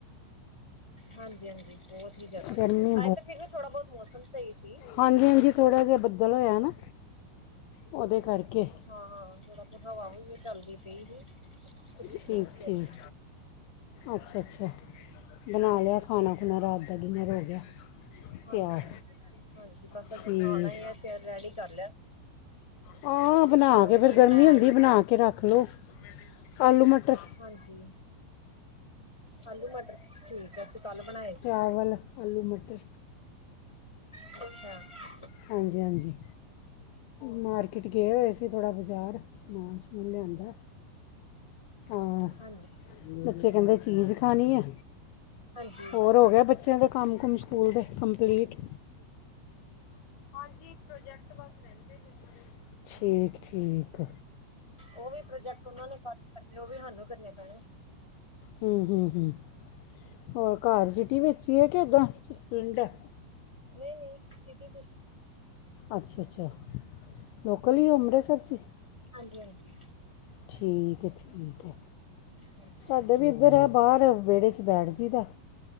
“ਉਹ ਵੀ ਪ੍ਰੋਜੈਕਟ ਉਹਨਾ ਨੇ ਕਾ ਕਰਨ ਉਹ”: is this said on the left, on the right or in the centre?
Centre